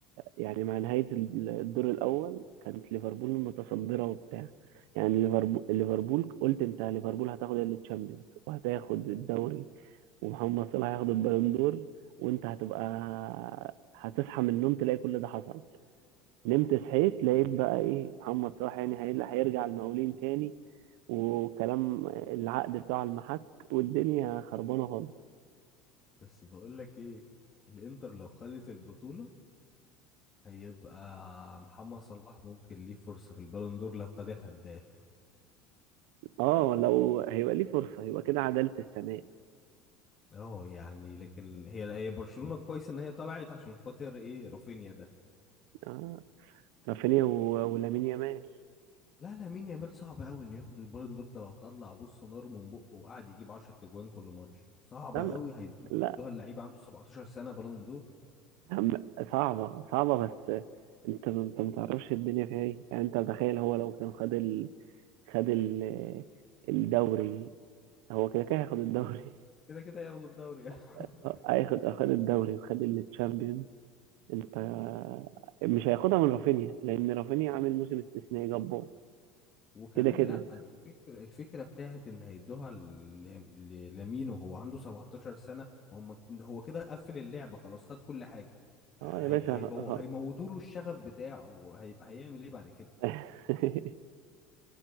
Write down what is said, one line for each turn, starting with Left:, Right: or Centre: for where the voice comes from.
Right: يعني مع نهاية الدور الاول كانت ليفربول متصدرة وبتاع يعني ليفربول ليفربول قلت انت ليفربول هتاخد التشامبيونز وهتاخد الدوري ومحمد صلاح هياخد البالون دور وانت هتبقى هتصحى من النوم تلاقي كل ده حصل نمت صحيت لقيت بقى ايه محمد صلاح يعني هي- هيرجع المقاولين تاني وكلام العقد بتاعه المحك والدنيا خربانه خالص
Left: بس بقول لك ايه الانتر لو خدت البطوله هيبقى محمد صلاح ممكن ليه فرصة في البالون دور لو خد الهداف
Right: اه لو هيبقى ليه فرصه يبقى كده عداله السنه
Left: اه يعني لكن هي هي برشلونة كويس ان هي طلعت عشان خاطر ايه رافينيا ده
Right: آه رافينيا و- ولامين يامال
Left: لا لامين يامال صعب قوي انه ياخد البالون دور ده لو طلع بص نار من بقه وقعد يجيب 10 تجوان كل ماتش صعب
Right: لا
Left: قوي
Right: ما-
Left: هيدوها
Right: لا
Left: اللعيبة عنده 17 سنة بالون دور
Right: هم- صعبة صعبة بس انت انت ما تعرفش الدنيا فيها ايه يعني انت تخيل هو لو كان خد ال... خد ال... الدوري هو كده كده هياخد الدوري
Left: كده كده ياخدوا الدوري
Right: <laughs>
Left: <laughs>
Right: اه، هياخد خد الدوري وخد التشامبيون انت مش هياخدها من رافينيا لان رافينيا عامل موسم استثنائي جبار
Left: وكمان
Right: كده كده
Left: لا أنا الفكرة الفكرة بتاعت ان هيدوها ل- ل- لمين وهو عنده 17 سنة هم هو كده قفل اللعبة خلاص خد كل حاجة هي
Right: اه يا باشا اه.
Left: هيبو هيموتوا له الشغف بتاعه وهيبقى هيعمل ايه بعد كده
Right: <laughs>